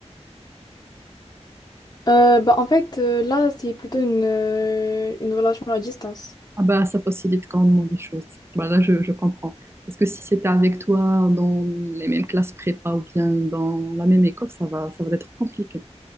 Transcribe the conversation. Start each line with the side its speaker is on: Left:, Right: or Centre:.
Left: Euh, bah, en fait, euh, là, c'est plutôt une, euh, une relation à distance.
Right: Ah bah, ça facilite grandement les choses. Voilà, je, je comprends. Parce que si c'était avec toi dans les mêmes classes prépa ou bien dans la même école, ça va, ça va être compliqué.